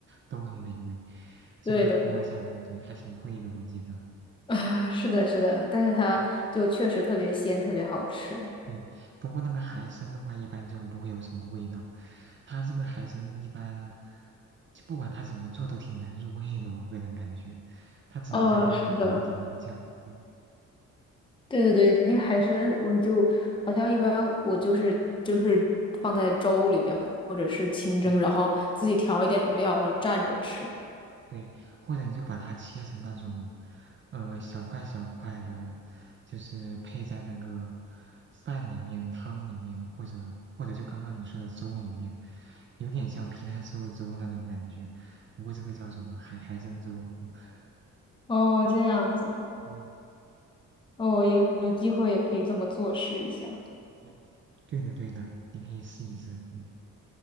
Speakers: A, on the right; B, on the left.
A: 都很美味，就一锅下来，
B: 对的，对的
A: 对，还挺贵的，我记得，
B: 啊，是的，是的，但是它就确实特别鲜，
A: 嗯，
B: 特别好吃。
A: 对，不过那个海参的话，一般就不会有什么味道，它这个海参一般，就不管它怎么做都挺难入味的，我个人感觉，它只能在外面淋一点那个酱，
B: 哦，是的，
A: 对。
B: 对对对，那个海参我就好像一般我就是就是放在粥里边或者是清蒸，
A: 嗯。
B: 然后自己调一点料就蘸着吃。
A: 对，或者你就把它切成那种，呃，小块小块的，就是配在那个饭里面、汤里面，或者或者就刚刚你说的粥里面，有点像皮蛋瘦肉粥那种感觉。不过这个叫什么海海参粥？<laughs>
B: 哦，这样子，
A: 嗯，
B: 哦，有有机会也可以这么做试一下。
A: 嗯，对的对的，你可以试一试。嗯